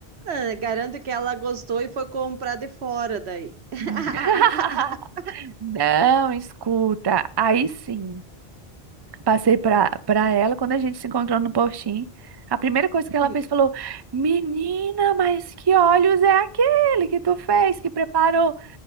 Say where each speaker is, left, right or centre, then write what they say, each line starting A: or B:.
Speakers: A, on the right (about 85°); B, on the right (about 30°).
A: ah, garanto que ela gostou e foi comprar de fora daí. <laughs>
B: <laughs> Não, escuta. Aí sim. Passei pra, pra ela, quando a gente se encontrou no postinho, a primeira coisa que ela
A: Sim.
B: fez falou: Menina, mas que olhos é aquele que tu fez, que preparou?